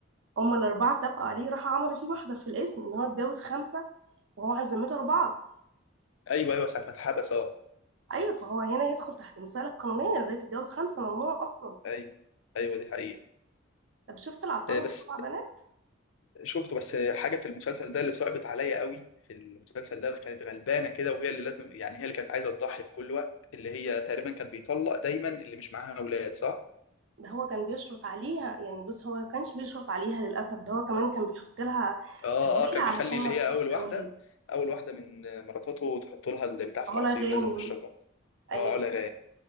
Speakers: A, on the right (about 65°); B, on the left (about 80°).
A: هما الأربعة اتفقوا عليه راحوا عملوا فيه محضر في الاسم إن هو اتجوز خمسة وهو على ذمته أربعة
B: أيوه أيوه ساعة ما اتحبس أه
A: أيوة فهو هنا يدخل تحت المسألة القانونية زي تتجوز خمسة ممنوع أصلا
B: أيوه أيوه دي حقيقة
A: طب شفت العطار
B: آه،
A: والسبع
B: بس
A: بنات
B: شفته بس حاجه في المسلسل ده اللي صعبت عليا قوي في المسلسل ده اللي كانت غلبانه كده وهي اللي لازم يعني هي اللي كانت عايزه تضحي في كل وقت اللي هي تقريبا كان بيطلق دايما اللي مش معاها اولاد صح
A: ده هو كان بيشرط عليها يعني بص هو ما كانش بيشرط عليها للأسف ده هو كمان كان بيحط لها
B: اه
A: أدوية
B: اه كان
A: علشان
B: بيخلي
A: ما
B: اللي هي
A: تجيبش
B: اول واحده
A: أولاد
B: اول واحده من مراتاته تحط لها البتاع في
A: علا
B: العصير
A: غانم
B: لازم تشرب العصير
A: أيوة.
B: اه علا غانم